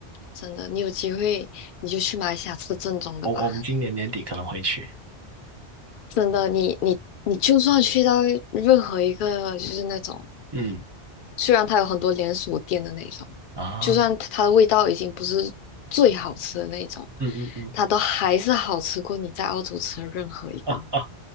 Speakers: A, on the left; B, on the right.
A: 真的，你有机会你就去马来西亚吃正宗的吧。
B: 我我们今年年底可能会去，
A: 真的，你你你就算去到任何一个就是那种
B: 嗯
A: 虽然它有很多连锁店的那种，
B: 啊，
A: 就算它的味道已经不是最好吃的那种，
B: 嗯嗯嗯
A: 它都还是好吃过你在澳洲吃的任何一个。
B: 啊啊，